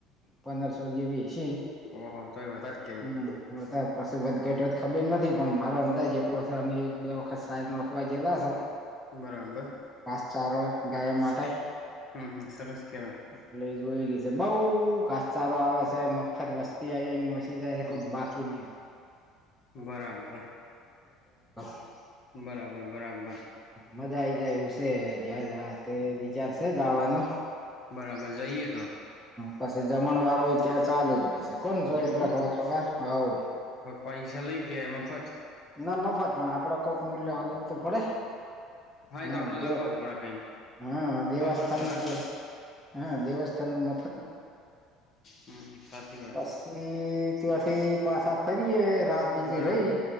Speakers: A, in the centre; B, on the left.
A: પંદરસો જેવી હશે.
B: ઓહો તો એ વધારે કેવાય
A: હમ્મ વધાર પાસ વધ ઘટ વધ ખબર નથી પણ મારો અંદાજ એટલો છે. અમે એક બે વખત ચાર નોખવા જેલા છ
B: બરાબર.
A: સારો ગાય માટે.
B: હમ હમ સરસ કેવાય
A: એટલે જોયેલી છે. બઉ ક સારો આવે છે. મફત વસ્તી આવી.
B: હમ હમ બરાબર
A: <unintelligible>
B: બરાબર બરાબર!
A: મજા આઈ જાય એવશે, જ તે વિચારશે દાવાનો.
B: બરાબર. જઈએ તો.
A: પછી જમણ વાળું હોય, ત્યાં ચાલુ જ હોય છે. કોણ જો
B: એવું
A: એટલે હોબર આવ.
B: એમ પૈસા લઈ ગયા મફત
A: મફત પણ આપડે કોઈક મૂલ્ય હલવું તો પડે. હા
B: એ તો આપડે
A: દ
B: લખાવવું પડે કઈક
A: હા દેવસ્થાન
B: મફત ના
A: તો
B: ખવાય
A: હા! દેવસ્થાનનું મ <unintelligible>
B: હમ સાચી વાત
A: પછી
B: છે
A: ત્યોથી પાછા ખરી એ રાત બીજી
B: બરાબર
A: રહી.